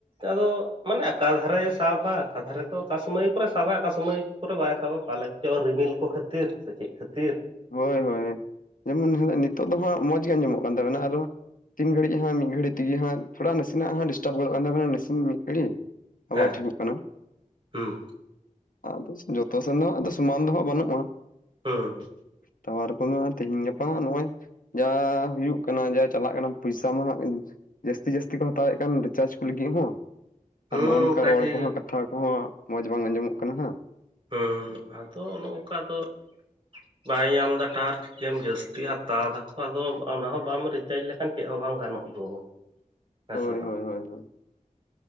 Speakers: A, on the right (about 40°); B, on the left (about 80°).
A: ᱟᱫᱚ ᱢᱟᱱᱮ ᱟᱠᱟᱠᱟ ᱫᱷᱟᱨᱮ ᱥᱟᱵᱟ ᱟᱠᱟᱠᱟ ᱫᱷᱟᱨᱮ ᱫᱚ᱾ ᱚᱠᱟ ᱥᱚᱢᱚᱭ ᱠᱚᱨᱮ ᱥᱟᱵᱟᱭ ᱚᱠᱟ ᱥᱚᱢᱚᱭ ᱠᱚᱨᱮ ᱵᱟᱭ ᱥᱟᱵᱟ ᱯᱟᱞᱮ ᱪᱚ ᱨᱤᱢᱤᱞ ᱠᱚ ᱠᱷᱟᱹᱛᱤᱨ ᱥᱮ ᱪᱮᱫ ᱠᱷᱟᱹᱛᱤᱨ
B: ᱦᱳᱭ ᱦᱳᱭ ᱡᱮᱢᱚᱱ ᱦᱟᱜ ᱱᱤᱛᱚᱜ ᱫᱚ ᱦᱟᱸᱜ ᱢᱚᱡᱽ ᱜᱮ ᱟᱸᱡᱚᱢᱚᱜ ᱠᱟᱱ ᱛᱟᱵᱮᱱᱟ ᱟᱨᱦᱚᱸ ᱛᱤᱱ ᱜᱷᱟᱹᱲᱤᱡ ᱦᱟᱸᱜ ᱢᱤᱫ ᱜᱷᱟᱹᱲᱤᱡ ᱛᱮᱜᱮ ᱦᱟᱸᱜ ᱛᱷᱚᱲᱟ ᱱᱟᱥᱮᱱᱟᱜ ᱦᱟᱸᱜ ᱰᱤᱴᱟᱵ ᱜᱚᱫ ᱠᱟᱱ ᱛᱟᱵᱮᱱᱟ, ᱱᱟᱥᱮ ᱢᱤᱫ ᱜᱷᱟᱲᱤᱡ ᱟᱵᱟᱨ
A: ᱦᱮᱸ
B: ᱴᱷᱤᱠᱚᱜ ᱠᱟᱱᱟ᱾
A: ᱦᱩᱸ
B: ᱟᱫᱚ ᱡᱚᱛᱚ ᱥᱮᱱ ᱫᱚᱦᱟᱸᱜ ᱥᱚᱢᱟᱱ ᱫᱚ ᱦᱟᱸᱜ ᱵᱟᱹᱱᱩᱜᱼᱟ᱾
A: ᱦᱩᱸ
B: ᱛᱟᱣᱟᱨ ᱠᱚᱫᱚ ᱛᱮᱦᱮᱧ ᱜᱟᱯᱟ ᱱᱚᱜᱼᱚᱭ ᱡᱟ ᱦᱩᱭᱩᱜ ᱠᱟᱱᱟ ᱡᱟ ᱪᱟᱞᱟᱜ ᱠᱟᱱᱟ ᱯᱚᱭᱥᱟ ᱢᱟ ᱦᱟᱜ ᱡᱟᱥᱛᱤ ᱡᱟᱥᱛᱤ ᱠᱚ ᱦᱟᱛᱟᱣᱮᱫ ᱠᱟᱱ ᱨᱤᱪᱟᱨᱡ ᱠᱚ ᱞᱟᱹᱜᱤᱫ ᱦᱚᱸ᱾
A: ᱦᱩᱸ
B: ᱟᱨ ᱱᱚᱜ ᱚ ᱱᱚᱝᱠᱟ
A: ᱠᱟᱡᱮ
B: ᱨᱚᱲ ᱠᱚᱦᱚᱸ ᱠᱟᱛᱷᱟ ᱠᱚᱸᱦᱚᱸ ᱢᱚᱸᱡᱽ ᱵᱟᱝ ᱟᱸᱡᱚᱢᱚᱜ ᱠᱟᱱᱟ᱾
A: ᱦᱮᱸ ᱟᱫᱚ ᱚᱱᱮ ᱱᱚᱝᱠᱟ ᱫᱚ ᱵᱟᱭ ᱧᱟᱢ ᱮᱫᱟ ᱴᱟᱣᱟᱨ᱾ ᱪᱮᱢ ᱡᱟᱹᱥᱛᱤ ᱦᱟᱛᱟᱣ ᱫᱟᱠᱚ ᱟᱫᱚ ᱚᱱᱟ ᱦᱚᱸ ᱵᱟᱢ ᱨᱤᱪᱟᱨᱡᱽ ᱞᱮᱠᱷᱟᱱ ᱪᱮᱫ ᱦᱚᱸ ᱵᱟᱝ ᱜᱟᱱᱚᱜ ᱫᱚ᱾ ᱦᱮᱥᱮ
B: ᱦᱳᱭ
A: ᱵᱟᱝ᱾
B: ᱦᱳᱭ ᱦᱳᱭ ᱦᱳᱭ